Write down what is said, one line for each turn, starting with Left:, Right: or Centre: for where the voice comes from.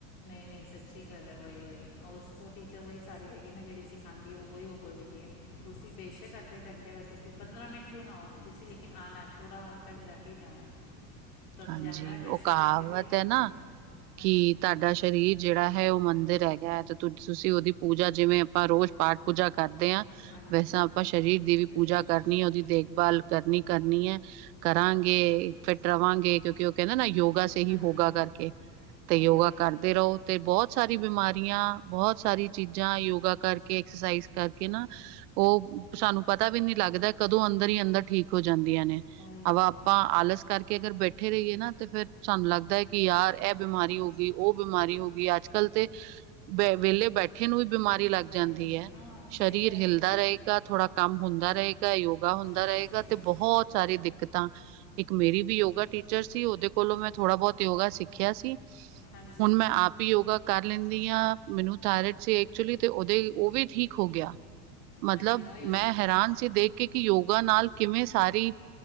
Left: ਨਈ-ਨਈ ਸੱਚੀ ਗੱਲ ਏ ਓਈ-ਓਈ, ਓਸ ਓ ਟੀਚਰ ਓਈ ਸਾਰੇ ਹੈਗੇ ਨਾ ਜਿਹੜੀ ਸਿਖਾਦੀ ਓ ਓਈ ਓ ਬੋਲਦੀ ਪਈ ਏ। ਤੁਸੀਂ ਬੇਸ਼ੱਕ ਅੱਧੇ ਘੰਟੇ ਵਸਤੇ ਕਿਉਂ ਪੰਦਰਾਂ ਮਿੰਟ ਕਿਉਂ ਨਾ ਆਓ, ਤੁਸੀਂ ਲੇਕਿਨ ਆਨਾ ਥੋੜਾ ਹੱਦ ਤੱਕ ਲੈ ਕੇ ਈ ਜਾਣਾ। ਤੁਹਾਨੂੰ
Right: ਹਾਂਜੀ,
Left: ਜਾਣਾ ਹੈ
Right: ਉਹ
Left: ਬੇਸ਼ੱਕ
Right: ਕਹਾਵਤ
Left: ਕਿੱਥੇ ਵੀ
Right: ਏ
Left: ਹਾਂਜੀ
Right: ਨਾ,
Left: ਹਾਂਜੀ
Right: ਕੀ ਤਾਡਾ ਸ਼ ਸਰੀਰ ਜੇੜਾ ਹੈ ਓ ਮੰਦਿਰ ਐਗਾ ਐ ਤੇ ਤੁਸੀਂ ਓਦੀ ਪੂਜਾ ਜਿਵੇਂ ਆਪਾਂ ਰੋਜ਼ ਪਾਠ ਪੂਜਾ ਕਰਦੇ ਆਂ,
Left: ਹਾਂਜੀ
Right: ਵੈਸੇ ਆਪਾਂ ਸਰੀਰ ਦੀ ਵੀ
Left: ਸ਼ਰੇ
Right: ਪੂਜਾ
Left: ਨਗਰ
Right: ਕਰਨੀ ਆ ਉਹਦੀ ਦੇਖਭਾਲ ਕਰਨੀ-ਕਰਨੀ ਏ, ਕਰਾਂਗੇ, ਫਿਟ ਰਵਾਂਗੇ ਕਿਉਂਕਿ ਓ ਕਹਿੰਦੇ ਨਾ ਯੋਗਾ ਚ ਏਹੀ
Left: ਹਾਂਜੀ
Right: ਹੋੋਗਾ ਕਰਕੇ, ਤੇ
Left: ਓਏ
Right: ਯੋਗਾ
Left: ਓਏ
Right: ਕਰਦੇ
Left: ਓਏ
Right: ਰਹੋ ਤੇ ਬਹੁਤ ਸਾਰੀ ਬਿਮਾਰੀਆਂ ਬਹੁਤ ਸਾਰੀ ਚੀਜ਼ਾਂ ਯੋਗਾ ਕਰਕੇ ਐਕਸਰਸਾਈਜ਼ ਕਰਕੇ ਨਾ ਓ ਸਾਨੂੰ ਪਤਾ ਵੀ ਨੀ ਲੱਗਦਾ ਕਦੋਂ ਅੰਦਰ ਈ ਅੰਦਰ ਠੀਕ ਹੋ ਜਾਂਦੀਆਂ ਨੇ,
Left: ਓਏ
Right: ਆਵਾ
Left: ਓਏ
Right: ਆਪਾਂ ਆਲਸ ਕਰਕੇ ਅਗਰ ਬੈਠੇ ਕੱਠੇ ਰਈਏ ਨਾ ਤੇ ਫੇਰ ਸਾਨੂੰ ਲੱਗਦਾ ਐ ਕਿ ਯਾਰ ਏਹ ਬਿਮਾਰੀ ਹੋ ਗਈ ਓ ਬਿਮਾਰੀ ਹੋ ਗਈ ਅੱਜ ਕੱਲ ਤੇ ਵਿਹਲੇ ਬੈਠੇ ਨੂੰ ਵੀ ਬਿਮਾਰੀ ਲੱਗ ਜਾਂਦੀ
Left: ਹੁੰਦੀ
Right: ਐ।
Left: ਹਾਂ
Right: ਸਰੀਰ
Left: ਸਹੀ ਗੱਲ
Right: ਹਿਲਦਾ
Left: ਹੈ
Right: ਰਏਗਾ ਥੋੜਾ ਕੰਮ ਹੁੰਦਾ ਰਏਗਾ ਯੋਗਾ ਹੁੰਦਾ
Left: ਓਏ
Right: ਰਏਗਾ ਤੇ ਬਹੁਤ ਸਾਰੀ ਦਿੱਕਤਾਂ, ਇੱਕ ਮੇਰੀ ਵੀ ਯੋਗਾ ਟੀਚਰ ਸੀ ਓਦੇ ਕੋਲੋਂ ਮੈਂ ਥੋੜਾ ਬੋਤ ਯੋਗਾ ਸਿੱਖਿਆ ਸੀ,
Left: ਹਾਂਜੀ
Right: ਹੁਣ ਮੈਂ ਆਪ ਯੋਗਾ ਕਰ ਲੈਂਦੀ ਆਂ, ਮੈਨੂੰ ਥਾਇਰਡ ਸੀ ਐਕਚੁਲੀ ਤੇ ਉਹਦੇ ਓ ਵੀ ਠੀਕ ਹੋ ਗਿਆ। ਮਤਲਬ,
Left: ਹਾਂਜੀ ਨਾ ਓਏ ਓਏ
Right: ਮੈਂ ਹੈਰਾਨ ਸੀ ਦੇਖ ਕੇ ਕਿ ਯੋਗਾ ਨਾਲ ਕਿਵੇਂ ਸਾਰੀ